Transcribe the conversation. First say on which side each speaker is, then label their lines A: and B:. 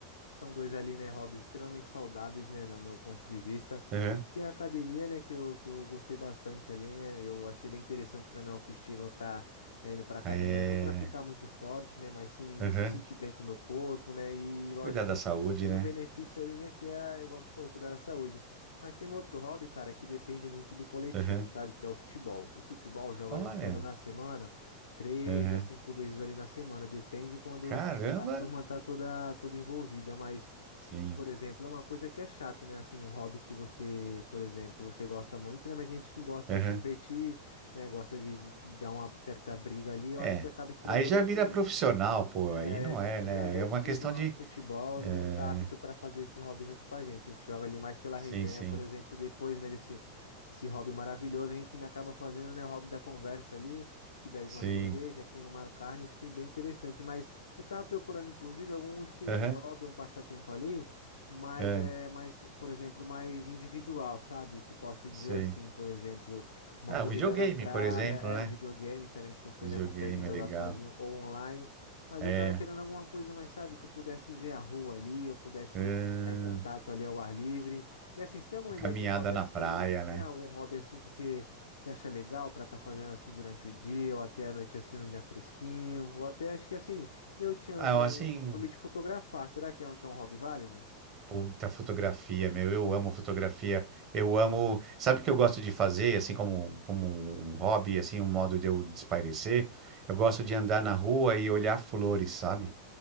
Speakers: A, on the left; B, on the right.
A: São dois ali, né, hobbies extremamente saudáveis, né, no meu ponto de vista,
B: Aham.
A: que é a academia, né, que eu, que eu gostei bastante ali, né, eu achei bem interessante para minha autoestima eu estar, né, indo para academia,
B: É.
A: não para ficar muito forte, né, mas sim me
B: Aham.
A: se sentir bem com o meu corpo, né, e lógico,
B: Cuidar da saúde,
A: tem
B: né?
A: o benefício ali, né, que é, igual você falou, cuidar da saúde. Mas tem um outro hobby, cara, que depende muito do coletivo,
B: Aham.
A: sabe, que é o futebol. O futebol eu jogo
B: Olha.
A: ali em torno na semana, três
B: Aham.
A: a cinco vezes ali na semana, depende quando
B: Caramba,
A: a turma tá toda, toda envolvida, mas,
B: sim.
A: por exemplo, é uma coisa que é chato, né? Assim, um hobby que você, por exemplo, você gosta muito, né? Mas tem gente que gosta
B: Aham.
A: de competir, né? Gosta de, de dar uma certa briga ali, eu
B: É.
A: acho que acaba estragando
B: Aí já
A: o ambiente.
B: vira profissional, pô.
A: É,
B: Aí
A: aí
B: não
A: a gente
B: é, né?
A: já já
B: É
A: exclui
B: uma questão
A: do nosso
B: de.
A: futebol,
B: É,
A: não tá apto para fazer esse hobby junto com a gente. A gente joga ali mais pela
B: Sim,
A: resenha,
B: sim.
A: por exemplo, depois, né, desse, desse hobby maravilhoso, a gente ainda acaba fazendo, né, o hobby da conversa ali, que bebe
B: Sim.
A: uma cerveja, queima uma carne, fica bem interessante. Mas eu tava procurando, inclusive, algum estilo
B: Aham.
A: de hobby, um passatempo ali, mas
B: É,
A: é mais, por exemplo, mais individual, sabe? Se posso
B: sim.
A: dizer assim, por exemplo, uma
B: Ah,
A: corrida
B: o videogame,
A: na praia,
B: por exemplo,
A: é
B: né?
A: um videogame também que você,
B: Videogame
A: né, consegue jogar
B: é legal.
A: sozinho ou online. Mas
B: É.
A: eu tava querendo alguma coisa mais, sabe, que eu pudesse ver a rua ali, eu pudesse
B: ahn,
A: estar em contato ali ao ar livre. E assim, você tem alguma ideia
B: Caminhada
A: de hobby
B: na
A: assim,
B: praia, né?
A: né? Algum hobby assim que você, que você acha legal pra estar fazendo assim durante o dia, ou até a noite assim num dia fresquinho, ou até acho que assim, eu tinha
B: Ah,
A: como
B: eu, assim,
A: costume de fotografar. Será que é um, que é um hobby válido?
B: Puta fotografia, meu, eu amo fotografia, eu amo, sabe o que eu gosto de fazer, assim como, como um hobby, assim, um modo de eu espairecer? Eu gosto de andar na rua e olhar flores, sabe?